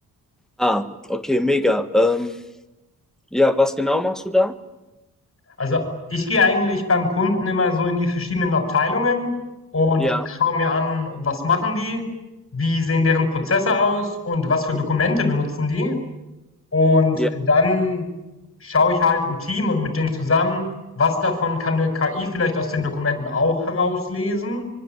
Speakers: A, in the centre; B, on the left (about 35°).
A: ah, okay, mega. Ähm, ja, was genau machst du da?
B: Also, ich gehe eigentlich beim Kunden immer so in die verschiedenen Abteilungen und
A: Ja,
B: schaue mir an, was machen die, wie sehen deren Prozesse aus und was für Dokumente benutzen die. Und
A: ja,
B: dann schaue ich halt im Team und mit denen zusammen, was davon kann eine KI vielleicht aus den Dokumenten auch herauslesen.